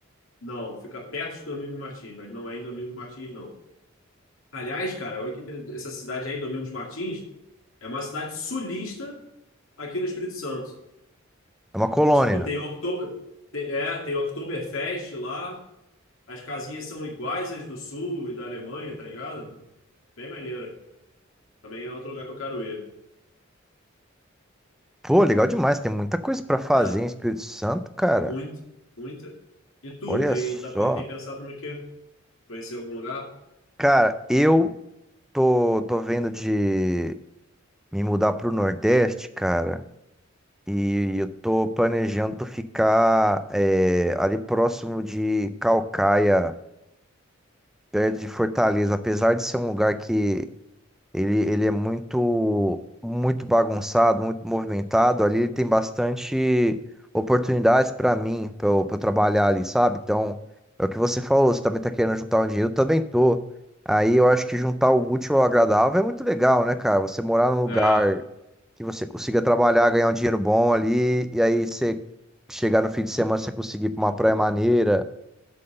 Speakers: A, on the left; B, in the centre.
A: Não, fica perto de Domingos Martins, mas não é em Domingos Martins, não. Aliás, cara, olha que interessante, essa cidade aí, Domingos Martins, é uma cidade sulista aqui no Espírito Santo.
B: É uma colônia.
A: Tipo, tem Oktober, tem, é, tem Oktoberfest lá, as casinhas são iguais às do Sul e da Alemanha, tá ligado? Bem maneira. Também é outro lugar que eu quero ir.
B: Pô, legal demais. Tem muita coisa pra fazer
A: É.
B: em Espírito Santo, cara.
A: Muito, muito. E tu,
B: Olha
A: tem,
B: só.
A: tá, tem pensado no quê? Conhecer algum lugar?
B: Cara, eu tô, tô vendo de me mudar pro Nordeste, cara. E eu tô planejando ficar é, ali próximo de Calcaia, perto de Fortaleza. Apesar de ser um lugar que Ele, ele é muito, muito bagunçado, muito movimentado. Ali ele tem bastante oportunidades para mim, para eu, pra eu trabalhar ali, sabe? Então, é o que você falou, você também tá querendo juntar um dinheiro, eu também tô. Aí eu acho que juntar o útil ao agradável é muito legal, né, cara? Você morar num lugar
A: É.
B: que você consiga trabalhar, ganhar um dinheiro bom ali, e aí você chegar no fim de semana, você conseguir ir pra uma praia maneira,